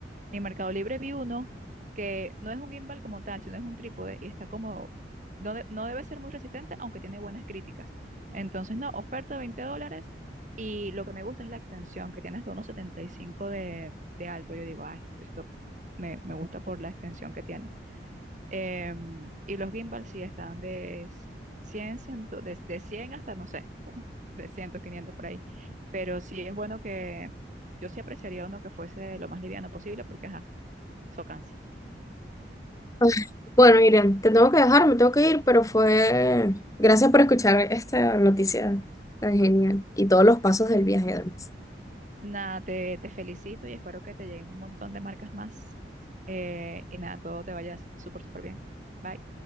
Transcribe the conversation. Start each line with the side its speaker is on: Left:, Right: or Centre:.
Right: En Mercado Libre vi uno que no es un gimbal como tal, sino es un trípode y está como, no, de- no debe ser muy resistente, aunque tiene buenas críticas. Entonces, no, oferta 20 dólares y lo que me gusta es la extensión, que tiene hasta unos 75 de, de alto. Yo digo, ah, esto, esto me, me gusta por la extensión que tiene. Em, y los gimbal sí están de 100 100 de, de 100 hasta, no sé, 300, 500 por ahí. Pero sí es bueno que yo sí apreciaría uno que fuese lo más liviano posible porque, ajá, eso cansa.
Left: Ay, Bueno, Miriam, te tengo que dejar, me tengo que ir, pero fue... Gracias por escuchar esta noticia tan genial y todos los pasos del viaje además.
Right: Nada, te, te felicito y espero que te lleguen un montón de marcas más. Eh, y nada, todo te vaya súper, súper bien. Bye.